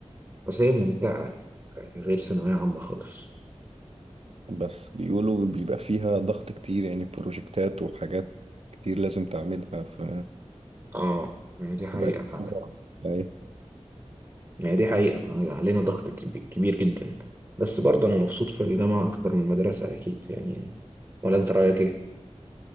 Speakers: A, on the right (about 25°); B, on the right (about 60°).
A: بس هي ممتعه يعني، غير ثانويه عامه خالص
B: بس بيقولوا بيبقى فيها ضغط كتير يعني بروجكتات وحاجات كتير لازم تعملها ف
A: اه يعني دي حقيقه
B: تبقى
A: فعلا
B: أي
A: يعني دي حقيقة علينا ضغط كب- كبير جدا بس برضه أنا مبسوط في الجامعة أكتر من المدرسة أكيد يعني ولا أنت رأيك إيه؟